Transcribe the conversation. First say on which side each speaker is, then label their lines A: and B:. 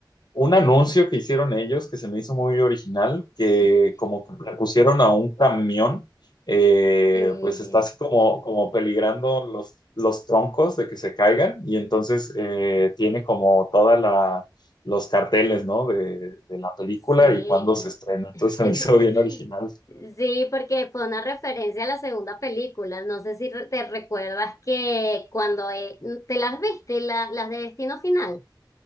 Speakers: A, on the left; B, on the left.
A: un anuncio que hicieron ellos que se me hizo muy original, que
B: <laughs>
A: como que le pusieron a un camión, eh,
B: Sí,
A: pues está así como, como peligrando los, los troncos de que se caigan y entonces eh, tiene como toda la los carteles, ¿no? De, de la película
B: sí.
A: y cuándo se estrena. Entonces
B: <laughs>
A: se me hizo bien original.
B: Sí, porque fue una referencia a la segunda película. No sé si re- te recuerdas que cuando eh, te las viste, la- las de Destino Final.